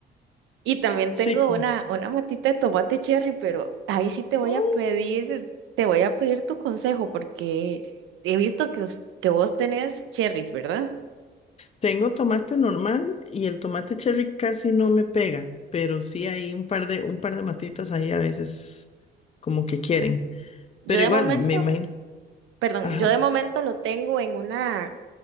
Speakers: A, on the right (about 80°); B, on the left (about 35°).
A: Y también tengo
B: Sí, como.
A: una, una matita de tomate cherry, pero ahí sí te voy
B: Mm,
A: a pedir, te voy a pedir tu consejo porque he visto que, us- que vos tenés cherries, ¿verdad?
B: Tengo tomate normal y el tomate cherry casi no me pega, pero sí hay un par de, un par de matitas ahí a veces como que quieren.
A: Yo
B: Pero
A: de
B: igual,
A: momento,
B: me imagino.
A: perdón,
B: Ajá.
A: yo de momento lo tengo en una,